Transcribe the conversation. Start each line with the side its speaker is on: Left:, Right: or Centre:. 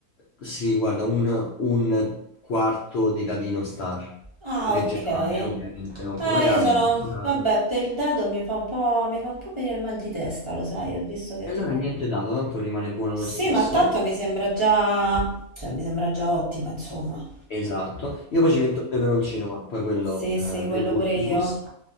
Left: sì, guarda, un, un quarto di dadino star,
Right: Ah,
Left: vegetale,
Right: ok.
Left: ovviamente, non
Right: Eh,
Left: con la carne
Right: io sono...
Left: in questo caso.
Right: Vabbè, per il dado mi fa un po'... mi fa un po' venire il mal di testa, lo sai, ho visto che
Left: E
Right: tipo...
Left: allora niente dato, tanto rimane buono
Right: Sì,
Left: lo stesso.
Right: ma tanto mi sembra già... cioè, mi sembra già ottima, insomma.
Left: Esatto, io poi ci metto il peperoncino, ma poi quello
Right: Sì,
Left: eh,
Right: sì, quello
Left: dei gustibus.
Right: pure io.